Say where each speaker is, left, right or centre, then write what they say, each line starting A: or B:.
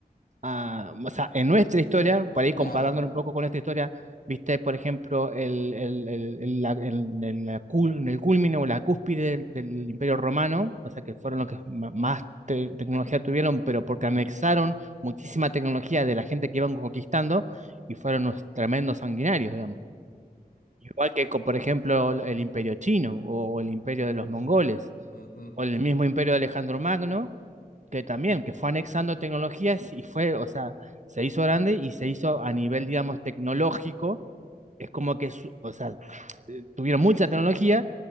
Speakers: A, on the right; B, on the left.
A: a, o sea, en nuestra historia, por ahí comparándolo
B: Claro.
A: un poco con nuestra historia, viste, por ejemplo, el, el, el- el- la- el- el- la cul- en el culmine o la cúspide del, del Imperio Romano, o sea, que fueron los que ma- más te- tecnología tuvieron, pero porque anexaron muchísima tecnología de la gente que iban conquistando y fueron unos tremendos sanguinarios, Igual que, co- por ejemplo, el imperio chino o el imperio de los mongoles
B: Ujú, ujú.
A: o el mismo imperio de Alejandro Magno, que también, que fue anexando tecnologías y fue, o sea, se hizo grande y se hizo a nivel, digamos, tecnológico. Es como que, su- o sea, tuvieron mucha tecnología,